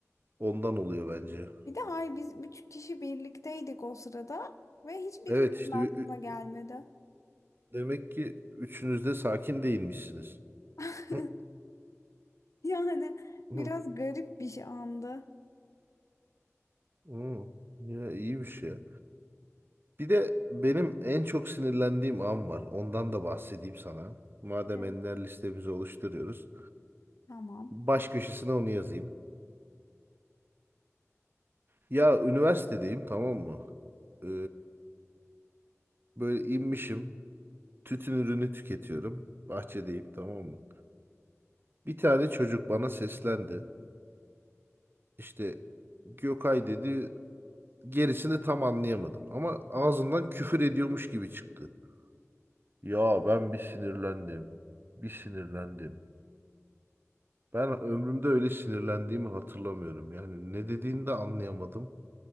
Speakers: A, on the right; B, on the left.
A: Ondan oluyor bence.
B: Bir de hayır biz üç kişi birlikteydik o sırada ve hiçbirimizin
A: Evet işte
B: aklına
A: ü- ü-
B: gelmedi.
A: demek ki üçünüz de sakin değilmişsiniz.
B: <laughs>
A: Hı,
B: Yani
A: hı.
B: biraz garip bir şey andı.
A: Oo ya iyi bir şey. Bir de benim en çok sinirlendiğim an var. Ondan da bahsedeyim sana. Madem
B: Evet.
A: enler listemizi oluşturuyoruz.
B: Tamam.
A: Baş köşesine onu yazayım. Ya üniversitedeyim tamam mı? Ee, böyle inmişim. Tütün ürünü tüketiyorum. Bahçedeyim tamam mı? Bir tane çocuk bana seslendi. İşte Gökay dedi. Gerisini tam anlayamadım. Ama ağzından küfür ediyormuş gibi çıktı. Ya ben bir sinirlendim. Bir sinirlendim. Ben ömrümde öyle sinirlendiğimi hatırlamıyorum. Yani ne dediğini de anlayamadım.